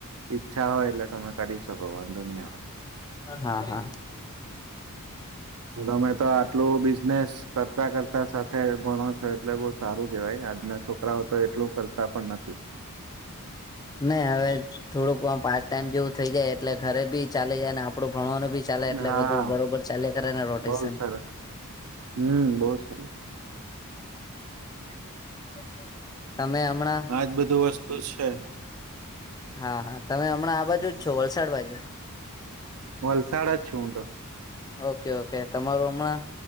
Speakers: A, on the right; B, on the left.
A: ઈચ્છા હોય એટલે તમે કરીશ તો કોઈ વોંદો નઈ આવે.
B: હા હા
A: તમે તો આટલું બિઝનેસ કરતા-કરતા સાથે ભણો છો એટલે બહું સારું કેવાય. આજના છોકરાઓ તો એટલું કરતા પણ નથી.
B: નહી હવે થોડુંક પાસ્ટ ટાઈમ જેવું થઈ જાય એટલે ઘરે બી ચાલી જાય ને આપડું ભણવાનું બી ચાલે એટલે
A: હા
B: બધું બરોબર ચાલીયા કરે ને રોટેશન.
A: બહુ સરસ હમ્મ બહું સરસ.
B: <inaudible> હમણાં
A: આજ બધું વસ્તુ છે.
B: હા-હા તમે હમણાં આ બાજુ જ છો વલસાડ બાજુ.
A: વલસાડ જ છું હું તો.
B: ઓકે-ઓકે તમારું હમણાં